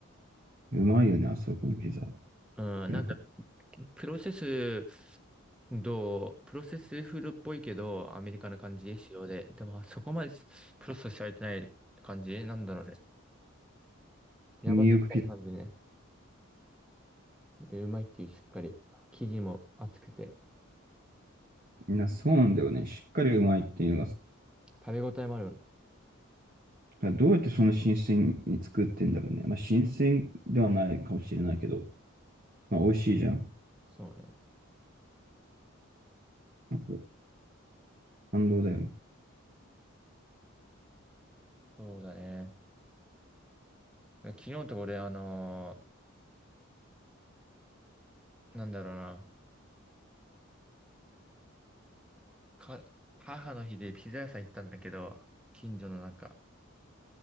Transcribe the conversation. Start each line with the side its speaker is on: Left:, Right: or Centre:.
Right: まいよね、あそこのピザ。
Centre: うん、
Right: なんか、
Centre: なんか、プロセス、どう、プロセスフードっぽいけど、アメリカの感じ、仕様で。でも、そこまでプロセスされてない感じなんだろうね。やばすぎない感じね。
Right: ニューヨークピザ。
Centre: で、うまいっていう、しっかり。生地も厚くて、
Right: みんなそうなんだよね。しっかりうまいっていうのが、
Centre: 食べ応えもあるよね。
Right: だからどうやってその新鮮に作ってんだろうね。まあ、新鮮ではないかもしれないけど、まあ、美味しいじゃん。
Centre: そうね。
Right: なんか感動だよね。
Centre: そうだね。昨日と俺、あのーなんだろうな、か、母の日でピザ屋さん行ったんだけど、近所のなんか、